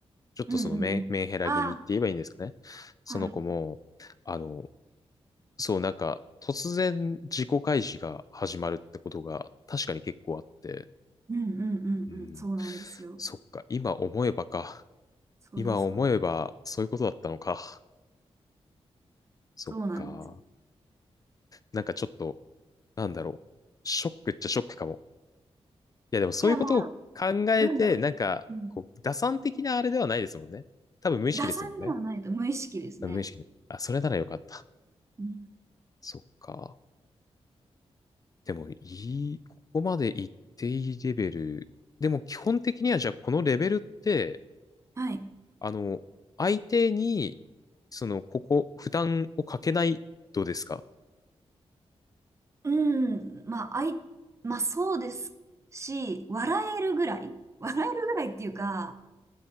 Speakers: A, on the left; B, on the right.
A: ちょっとそのメン、
B: うんうんうん。
A: メンヘラ気味って言えばいいんですかね。
B: あ
A: その子も、
B: あ、はい。
A: あの、そう、なんか、突然自己開示が始まるってことが確かに結構あって、
B: うんうんうんうん。
A: うん、
B: そうなんですよ。
A: そっか、今思えばか。
B: そうです、
A: 今思えばそういうことだったのか。
B: そうです。
A: そっか。
B: そうなんですよ。
A: なんかちょっと、なんだろう。ショックっちゃショックかも。いや、でもそういうことを考えて、
B: いや、まあ、なんだろう。
A: なんか、
B: うん、
A: こう、打算的なあれではないですもんね。多分無意識ですもんね。
B: 打算ではないと無意識ですね。
A: 多分無意識で。あ、それならよかった。
B: うん、
A: そっか。でもいい、ここまでいっていいレベル。でも基本的にはじゃあこのレベルって、
B: はい。
A: あの、相手に、その、ここ、負担をかけないうですか
B: うん、まあ、あい、まあそうですし、笑えるぐらい、<laughs> 笑えるぐらいっていうか、